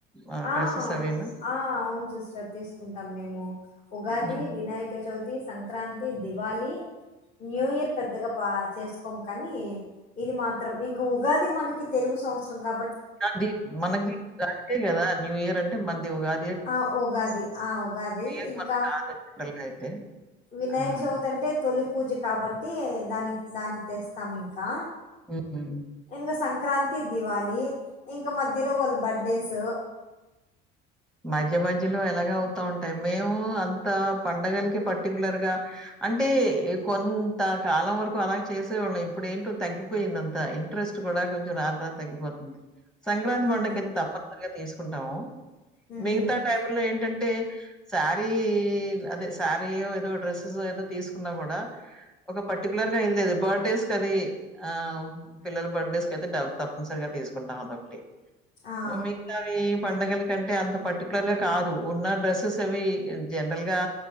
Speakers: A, in the centre; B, on the left.
A: ఆహ్,
B: ఆ
A: డ్రెసెస్ అవిను?
B: ఆ అవును సిస్టర్ తీసుకుంటాం మేము ఉగాది
A: హ్మ్.
B: వినాయక చవితి సంక్రాంతి, దివాళి న్యూ ఇయర్ పెద్దగా బా చేసుకోము కానీ ఇది మాత్రం ఇంకా ఉగాది మనకి తెలుగు సంవత్సరం కాబ
A: నాది మనకి గంతే కదా న్యూ ఇయర్ అంటే మంది ఉగా
B: ఆ ఉగాది ఆ ఉగాది
A: ఇయర్
B: ఇంకా
A: మనది కాదు జనరల్‌గా అయితే.
B: వినాయక్
A: ఆ!
B: చవితి అంటే తొలి పూజ కాబట్టి దానికి దానికి తెస్తాం ఇంకా
A: హ్మ్.
B: ఇంగ సంక్రా తి దివాలి ఇంక మధ్యలో వాళ్ళు బర్త్డేస్
A: మధ్య మధ్యలో ఎలాగ అవుతా ఉంటాయి మేము అంత పండగలకి పర్టికులర్ గా అంటే కొంత కాలం వరకు అలాగ చేసేవాళ్ళం ఇప్పుడు ఏంటో తగ్గిపోయింది అంత ఇంట్రెస్ట్ కూడా కొంచెం రాని రా తగ్గిపోతుంది సంక్రాంతి
B: హ్మ్.
A: పండగకైయితే తప్పనిసరిగా తీసు కుంటాము
B: హ్మ్.
A: మిగతా టైములో ఏంటంటే శారీ అదే శారీయో ఏదో డ్రెస్సెస్ ఏదో తీసుకున్నా కూడా ఒక పర్టికులర్ గా ఇది లేదు బర్త్ డేస్ క అది ఆ పిల్లల బర్త్డేస్ క అయితే డబ తప్పనిసరిగా తీసుకుంటాం అదొకటి
B: ఆ!
A: ఉ మిగతావి పండగలు కంటే అంత పర్టికులర్ గా కాదు ఉన్న డ్రెస్సెస్ అవి జనరల్ గా